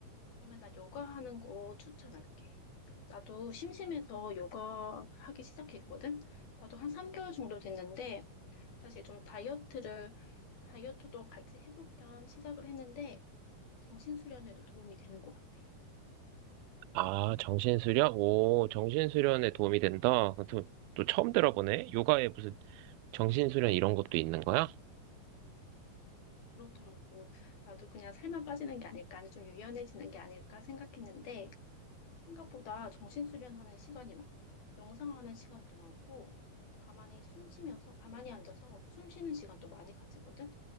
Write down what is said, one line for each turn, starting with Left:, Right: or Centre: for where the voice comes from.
Left: 그러면 나 요가 하는 거 추천할게. 나도 심심해서 요가 하기 시작했거든? 나도 한 3개월 정도 됐는데, 사실 좀 다이어트를, 다이어트도 같이 해볼 겸 시작을 했는데, 정신수련에도 도움이 되는 것 같아.
Right: 아, 정신수련? 오, 정신수련에 도움이 된다. 또, 또 처음 들어보네? 요가에 무슨 정신수련 이런 것도 있는 거야?
Left: 그렇더라고. 나도 그냥 살만 빠지는 게 아닐까, 아니 좀 유연해지는 게 아닐까 생각했는데, 생각보다 정신수련하는 시간이 많아. 명상하는 시간도 많고, 가만히 숨 쉬면서, 가만히 앉아서 숨 쉬는 시간도 많이 가지거든?